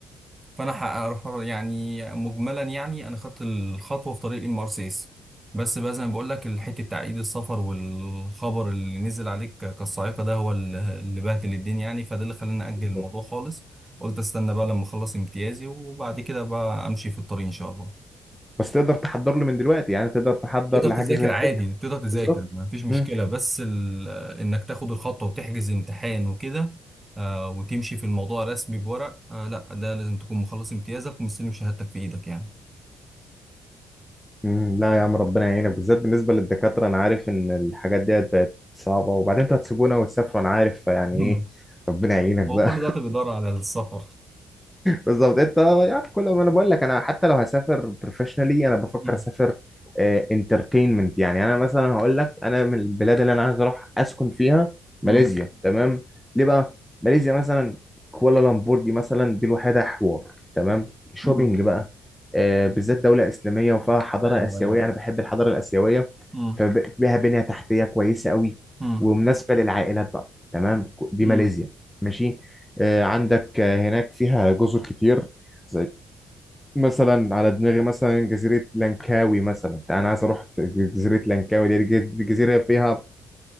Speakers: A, on the right; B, in the centre.
A: فانا هعرف- يعني مجملا يعني انا خدت الخطوه في طريق ام ار سيس بس بقى زي ما بقول لك الحته تعقيد السفر والخبر اللي نزل عليك ك- كالصاعقه ده هو ال- اللي بهدل الدنيا يعني فده اللي خلاني اجل
B: بالظبط.
A: الموضوع خالص قلت استنى بقى لما اخلص امتيازي وبعد كده بقى امشي في الطريق ان شاء الله
B: بس تقدر تحضر له من دلوقتي يعني تقدر تحضر
A: تقدر
B: لحاجه
A: تذاكر
B: زي
A: عادي
B: كده
A: تقدر تذاكر
B: بالظبط
A: ما فيش مشكله
B: مم.
A: بس ال- انك تاخد الخطوه وتحجز امتحان وكده آه، وتمشي في الموضوع رسمي بورق آه، لا ده لازم تكون مخلص امتيازك ومستلم شهادتك في ايدك يعني
B: مم، لا يا عم ربنا يعينك بالذات بالنسبه للدكاتره انا عارف ان الحاجات ديت بقت صعبه وبعدين انتوا هتسيبونا وتسافروا انا عارف فيعني
A: مم.
B: ايه ربنا يعينك بقى
A: هو كل ده بيدور على السفر
B: بالظبط انت يعني كل ما انا بقول لك انا حتى لو هسافر بروفيشنالي انا بفكر
A: مم.
B: اسافر انترتينمنت يعني انا مثلا هقول لك انا من البلاد اللي انا عايز اروح اسكن فيها
A: مم.
B: ماليزيا تمام ليه بقى ماليزيا مثلا كوالالمبور دي مثلا دي الوحيده حوار تمام شوبينج
A: مم.
B: بقى آه، بالذات دوله اسلاميه وفيها حضاره
A: ايوه
B: اسيويه
A: ايوه
B: انا بحب الحضاره الاسيويه
A: مم.
B: فبها بنيه تحتيه كويسه قوي
A: مم.
B: ومناسبه للعائلات بقى تمام دي
A: مم.
B: ماليزيا ماشي آه، عندك آه، هناك فيها جزر كتير زي مثلا على دماغي مثلا جزيرة لانكاوي مثلا انا عايز اروح جزيرة لانكاوي دي جز- جزيرة فيها